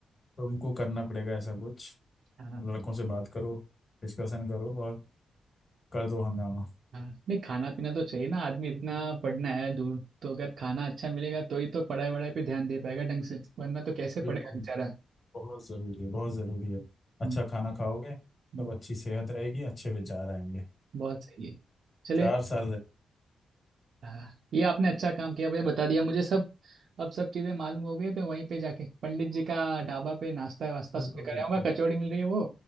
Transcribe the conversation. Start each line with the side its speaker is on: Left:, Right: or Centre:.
Left: तुमको करना पड़ेगा ऐसा कुछ
Right: हाँ।
Left: लड़कों से बात करो डिस्कशन करो और कर दो हंगामा
Right: हाँ, नहीं खाना पीना तो चाहिए ना आदमी इतना पढ़ना है दूर तो अगर खाना अच्छा मिलेगा तो ही तो पढ़ाई वढ़ाई पे ध्यान दे पाएगा ढंग से वरना तो कैसे पढ़ेगा
Left: बिल्कुल
Right: बेचारा
Left: बिल्कुल, बहुत ज़रूरी है बहुत ज़रूरी है अच्छा
Right: हम्म,
Left: खाना खाओगे
Right: हम्म,
Left: तब अच्छी सेहत रहेगी अच्छे विचार आएंगे
Right: बहुत सही है चले
Left: चार साल रहे
Right: हाँ, ये आपने अच्छा काम किया भैया बता दिया मुझे सब अब सब चीजें मालूम हो गई तो वहीं पे जाके पंडित जी का ढाबा पे नाश्ता वास्ता
Left: बिल्कुल
Right: सब कर
Left: बिल्कुल
Right: आऊंगा कचौड़ी मिल रही है वो